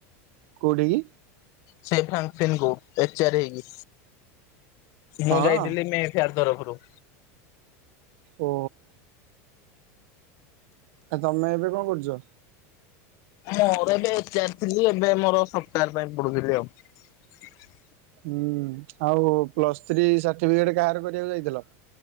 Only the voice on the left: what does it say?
ସେଇ ଫ୍ରାଙ୍କଫିନ୍ କୁ ଏଚ ଆର୍ ହେଇକି,
ମୁଁ ଯାଇଥିଲି ମେଁ ଫେୟାର ତରଫରୁ।
ମୋର ଏବେ ଏଚାର ଥିଲି ଏବେ ମୋର ସଫ୍ଟୱେର ପାଇଁ ପଡୁଥିଲି ଆଉ।